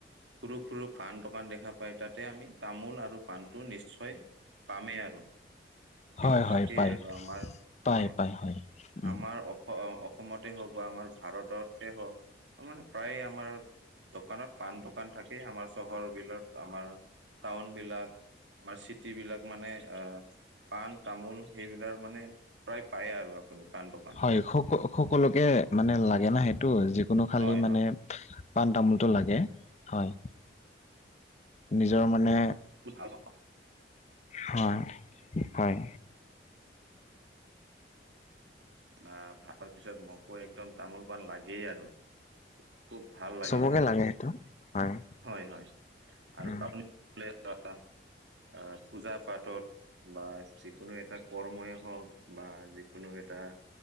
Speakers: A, on the right (about 80°); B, on the left (about 35°).
A: সৰু সৰু পাণ দোকান দেখা পায় তাতে আমি তামোল আৰু পাণটো নিশ্চয় পামেই আৰু, সেইটো
B: হয়
A: থাকেই
B: হয় পাই
A: আৰু আমাৰ
B: পাই
A: হয়
B: পাই উম
A: আমাৰ অ অসমতে হওঁক বা আমাৰ ভাৰততে হওঁক মানে প্ৰায় আমাৰ দোকানত পান দোকান থাকে আমাৰ চহৰ বিলত আমাৰ টাউনবিলাক আমাৰ চিটিবিলাক মানে অ পাণ তামোল সেইবিলাক মানে প্ৰায় পায় আৰু আপুনি পাণ দুকা
B: স সকলোকে মানে লাগে ন সেইটো যিকোনো খালি
A: হয়
B: মানে
A: হয়
B: পাণ তামোলটো লাগে, হয়। নিজৰ মানে
A: ভাল
B: হয় হয়।
A: অ ভাতৰ পিছত মোকো একদম তামোল পাণ লাগেই আৰু। খুব ভাল লাগে।
B: মোকে
A: মোৰো
B: লাগে সেইটো। হয়।
A: হয় হয় আৰু
B: উম
A: আপুনি <unintelligible> অ পূজা পাতত বা যিকোনো এটা কৰ্মই হওক বা যিকোনো এটা